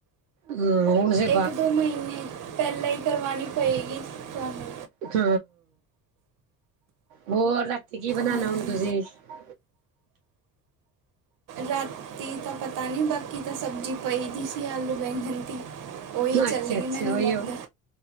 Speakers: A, on the right; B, on the right.
A: ਜ ਹੁਣ ਸੇ
B: ਇੱਕ ਦੋ ਮਈਨੇ ਪੈਲਾਂ ਈ ਕਰਵਾਣੀ ਪਏਗੀ ਤੁਆਨੂੰ।
A: ਥ, ਹੋਰ ਰਾਤੀ ਕੀ ਬਣਾਣਾ
B: ਹਾਂਜੀ
A: ਹੁਣ ਤੁਸੀਂ? <inaudible>
B: ਰਾਤੀ ਤਾਂ ਪਤਾ ਨੀ ਬਾਕੀ ਤਾਂ ਸਬਜ਼ੀ ਪਈ ਦੀ ਸੀ ਆਲੂ ਬੈਂਗਣ ਦੀ। ਓਹੀ ਚੱਲੇਗੀ
A: ਅੱਛਾ-ਅੱਛਾ
B: ਮੈਨੂੰ
A: ਉਹੀਓ
B: ਲੱਗਦੈ।